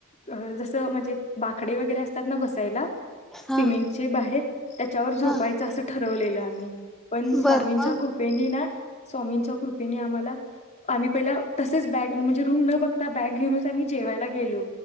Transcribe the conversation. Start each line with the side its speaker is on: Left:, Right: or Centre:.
Left: अह जसं म्हणजे बाकडे वगैरे असतात ना बसायला.
Centre: हा
Left: सिमेंट चे बाहेर त्याच्यावर झोपायचं
Centre: हा
Left: असं ठरवलेलं. आमी पण स्वामींच्या
Centre: बर मग
Left: कृपेने ना स्वामींच्या कृपेने आम्हाला, आम्ही पहिला तसेच बॅग म्हणजे रूम न बघता बॅग घेऊनच आम्ही जेवायला गेलो.